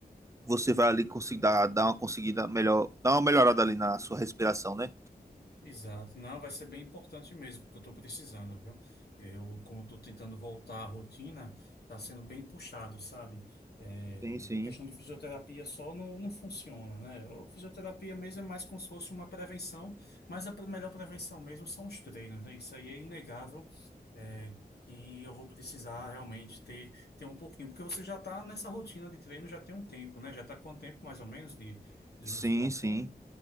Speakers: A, on the right; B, on the left.
A: você vai ali conseguir dar, dar uma conseguida melhor, dar uma melhorada ali na sua respiração, né?
B: Exato. Não, vai ser bem importante mesmo, porque eu estou precisando, viu? Eu, como estou tentando voltar à rotina, está sendo bem puxado, sabe? É,
A: Sim, sim.
B: questão de fisioterapia só não, não funciona, né? O- Fisioterapia mesmo é mais como se fosse uma prevenção, mas a pre- melhor prevenção mesmo são os treinos, né? Isso aí é inegável é, que eu vou precisar realmente ter, ter um pouquinho, porque você já está nessa rotina de treino já tem um tempo, né? Já está com um tempo mais ou menos de, de
A: Sim,
B: musculação.
A: sim.